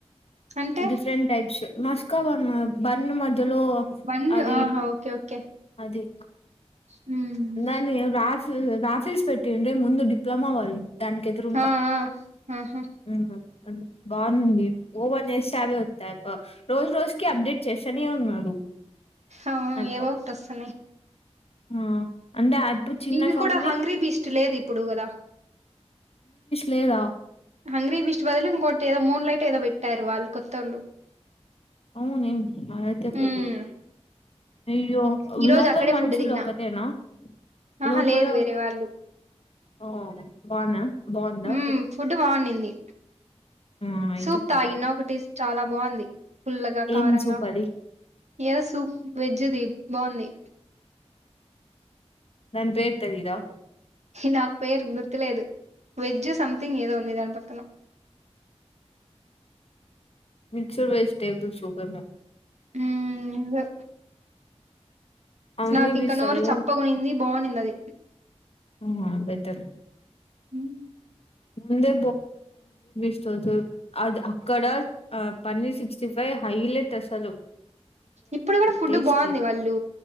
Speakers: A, on the right; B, on the left.
A: అంటే
B: డిఫరెంట్ టైప్స్ మస్కా బా బన్న మ ధ్యాలో
A: బన్
B: అది
A: ఆహా ఓకే ఓకే
B: అది
A: హ్మ్
B: దాన్ని రాఫి రాఫిల్స్ పెట్టీ ఉండే ముందు డిప్లొమా వాళ్ళు దానికెదురుగా
A: ఆ ఆ ఆహా
B: హూ బాగునుంది ఓపెన్ చేతే అవే వాతంది పో రోజు రోజుకి అప్డేట్ చేస్తానే ఉన్నాడు
A: ఆ
B: అయప్ప
A: ఏవో ఒకటి ఆస్థానాయ్
B: ఆ అంటేప్పుడు చిన్న
A: ఇది
B: షాప్
A: కూడా
B: ని
A: హంగ్రీ బీస్ట్ లేదు ఇప్పుడు కదా
B: లేదా
A: హంగ్రీ బీస్ట్ బదులు ఇంకోటి ఏదో మూన్ లైట్ ఏదో పెట్టారు వాళ్ళు కొత్తోళ్ళు
B: అవును ఏం <unintelligible>
A: హ్మ్
B: అయ్యో
A: ఈ రోజు
B: లోపల
A: అక్కడే
B: మనుషులు
A: ఫుడ్ తిన్నా
B: ఒకటేనా
A: ఆహా
B: లోపల
A: లేదు వేరే వాళ్ళు
B: ఓ బాగున్నా బాగుందా
A: ఉం ఫుడ్ బాఉన్నింది
B: ఆ అయితే
A: సూప్తాగిన
B: పర్వా
A: ఒకటి చాలా బావుంది పుల్లగా కారంగా
B: ఏం సూప్ అది
A: ఏదో సూప్ వెజ్ ది బావుంది
B: దాన్ పేర్తెలీదా
A: నాకు పేరు గుర్తులేదు వెజ్ సథింగ్ ఏదో ఉంది దాని పక్కన
B: మిక్సడ్ వెజిటేబుల్స్ సూపెమొ
A: ఉం అదే
B: అంగడి
A: నాకింక
B: బీస్
A: నోరు
B: అయ్యో
A: చప్పగొనింది బాఉన్నింది
B: ఉం బెటర్
A: మ్
B: ముందే <unintelligible> అది అక్కడ ఆ పన్నీర్ సిక్స్టీ ఫైవ్ హైలెట్ అసలు
A: ఇప్పుడు గుడ ఫుడ్
B: టేస్ట్
A: బాఉంది
B: లేదు
A: వాళ్ళు